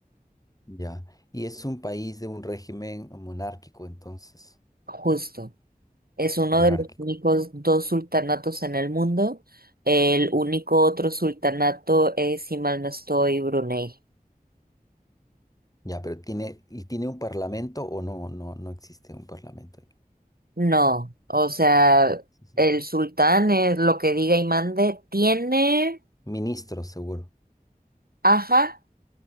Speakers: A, on the left; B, on the right.
A: Ya, y es un país de un régimen monárquico, entonces,
B: Justo. Es uno
A: monárquico.
B: de los únicos dos sultanatos en el mundo. El único otro sultanato es, si mal no estoy, Brunei.
A: Ya, pero tiene, ¿y tiene un parlamento o no? No, no existe un parlamento ahí.
B: No, o sea,
A: Sí, sí.
B: el sultán es lo que diga y mande. Tiene,
A: Ministros, seguro,
B: ajá,